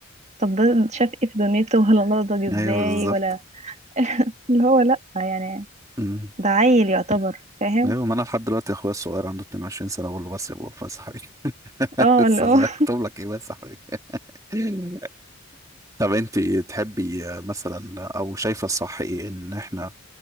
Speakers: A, on the right (about 35°); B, on the right (about 15°).
A: طب ده شاف ايه في دنيته ولا نضج ازاي
B: أيوه بالظبط
A: ولا اللي هو لا يعني
B: مم.
A: ده عيل يعتبر فاهم
B: أيوه ما أنا لحد دلوقتي أخويا الصغير عنده 22 سنة بقول له بس يا بابا بس يا حبيبي <laughs>
A: اه
B: لسه
A: اللي هو
B: صغير
A: <laughs>
B: أخطب لك إيه بس يا حبيبي <laughs> طب أنتي تحبي آه، مثلا أو شايفة الصح إيه إن إحنا